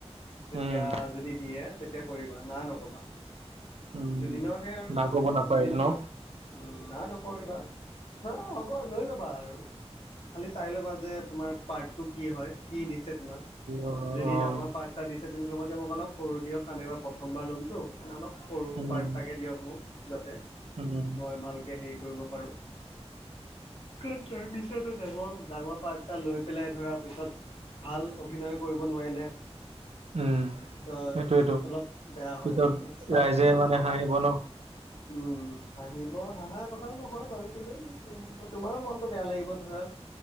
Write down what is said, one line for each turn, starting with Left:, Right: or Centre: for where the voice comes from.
Left: তেতিয়া
Right: উম,
Left: যদি দিয়ে তেতিয়া কৰিবা না নকবা।
Right: উম।
Left: দুদিনৰহে আৰু
Right: না ক'ব নাপায়
Left: দুদিন
Right: ন?
Left: কৰি উম, না নকৰিবা হা হ'ব লৈ ল'বা আৰু খালি চাই ল'বা। যে তোমাৰ পাৰ্টটো কি হয় কি দিছে তোমাৰ
Right: অ',
Left: যদি ডাঙৰ পাৰ তাৰ দিছে তুমি ক'ব যে মোক অলপ সৰু দিয়ক আনেবা প্ৰথমবাৰ ল'মতো। একাৰ অলপ সৰু
Right: উম,
Left: পাৰ্তাকে দিয়ক মোক যাতে
Right: উম,
Left: মই ভালকে হেৰি কৰিব পাৰো। তই মিছা ডাঙৰ-ডাঙৰ, পাৰ্ট এটা লৈ পেলাই ধৰা পিছত ভাল অভিনয় কৰিব নোৱাৰিলে
Right: উম।
Left: ত,
Right: সেইটোৱেটো
Left: অলপ বেয়া হয়
Right: পিছত
Left: সেইকাৰনে ষ্টাৰ্টিং
Right: ৰাইজে
Left: মানে সদায়
Right: হাঁহিব ন?
Left: উম, হাহিলে হাহাৰ কথাও নহয় বাৰু কিন্তু তোমাৰো মনটো বেয়া লাগিব ধৰা